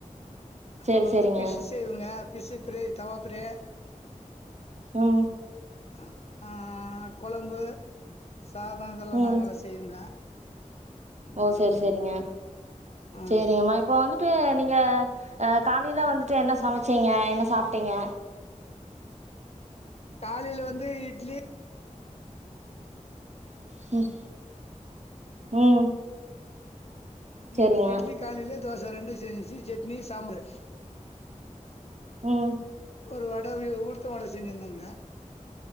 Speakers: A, on the left; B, on the right.
A: அப்புறம்
B: சேரி
A: வந்து
B: சேரிங்க
A: ஃபிஷ்ஷு செய்வோங்க பிஷ்சு ஃப்ரே தவா ஃபிரே
B: உம்
A: ஆஹ் ஆஹ் கொழம்பு சாதம் இதெல்லா
B: ம்
A: நாங்கயெல்லா செய்வோங்க ம்
B: ஓ சேரி சேரிங்க
A: ஆ
B: சேரிங்கம்மா இப்ப வந்து ட்டு நீங்க அஹ் காலையிலா வந்துட்டு என்ன சமைச்சீங்க என்ன சாப்பிட்டீங்க
A: காலையில வந்து இட்லி
B: ஹம் ம் சேரிங்க
A: இ இட்லி காலேல தோச ரெண்டு செஞ்சுச்சு சட்னி சாம்பார்
B: உம்
A: ஒருவா ட உள்த்த வட செஞ்சிருந்தங்க